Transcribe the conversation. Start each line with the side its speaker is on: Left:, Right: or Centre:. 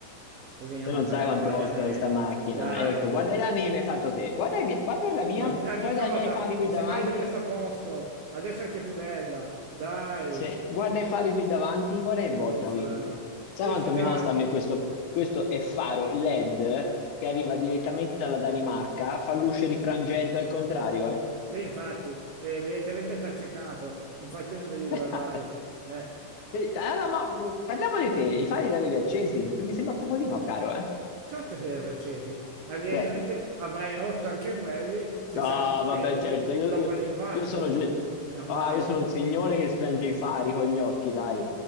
Right: e vieni a
Left: te
Right: rompere
Left: non sai
Right: le
Left: quanto
Right: balle
Left: costa
Right: a me.
Left: questa macchina.
Right: Dai,
Left: Ecco, guarda gli anni che mi hai fatto te, guarda, i miei- guarda la mia,
Right: ma danni
Left: guarda
Right: cosa?
Left: i miei fari qui
Right: Semmai
Left: davanti,
Right: le messa a posto, adesso è che è più bella, dai.
Left: Se- guarda i fari qui davanti, guarda
Right: Sì,
Left: che botta
Right: fai.
Left: qui. Sai
Right: Io
Left: quanto
Right: so già,
Left: mi costa a me questo? Questo è faro LED che arriva direttamente dalla Danimarca, fa luce rifrangente al contrario, eh?
Right: sì, infatti, eh, evidentemente ti ha cercato, infatti non vedi dove
Left: Eh,
Right: vai. Eh,
Left: eh, eh, no, ma mh, parliamo di te, i fari li avevi accesi? Perché mi sembra proprio di no, caro, eh?
Right: certo che li hanno accesi, ma evidentemente
Left: Sì.
Right: avrai rotto anche quelli se
Left: No,
Right: saranno spenti
Left: vabbè, certo, io,
Right: dopo
Left: io-
Right: l'impatto.
Left: io sono, ge-
Right: È normale.
Left: ah, io sono il signore che spenge i fari con gli occhi, dai.